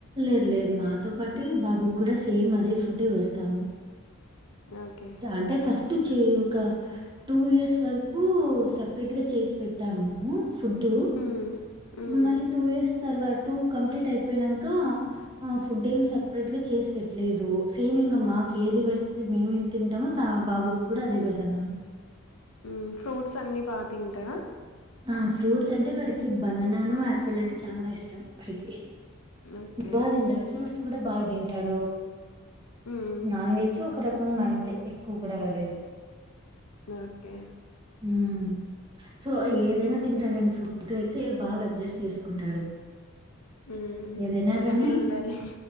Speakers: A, on the right; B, on the left.
A: లేదు లేదు మాతో పాటు బాబుకి కూడా సేమ్ అదే ఫుడ్డే పెడతు తాము
B: ఓకే
A: అంటే ఫస్ట్ పెటచ్చు ఒక టూ ఇయర్స్ వరకు సపరేట్ గా చేసి పెట్టాము ఫుడ్
B: హ్మ్ హ్మ్
A: మళ్ళీ టూ ఇయర్స్ తర్వాత టు కంప్లీట్ అయిపోయినా ఇంకా ఫుడ్ ఏం సపరేట్ గా చేసి పెట్టలేదు సేమ్ ఇంకా మాకు ఏది పెడితే మేము తింటాము త బాబుకి కూడా అదే పెడుతున్నాము
B: హ్మ్ ఫ్రూట్స్ అన్ని బాగా తింటాడా
A: ఆ ఫ్రూట్స్ అంటే వాడికి బననాను ఆపిల్ అంటే చాలా ఇష్టం వాడికి
B: ఓకే.
A: బాగ తింటాడు ఫ్రూట్స్ కూడా బాగ తింటాడు
B: హ్మ్.
A: నాన్ వెజ్ ఒక రకంగా అంతే ఎక్కువ కూడా కాలేదు
B: ఓకే
A: హ్మ్ సో ఏదైనా తింటాడండి ఫుడ్ అయితే బాగా అడ్జస్ట్ చేసుకుంటాడు
B: హ్మ్.
A: ఏదైనా
B: అలానే
A: కానీ
B: ఉండాలి.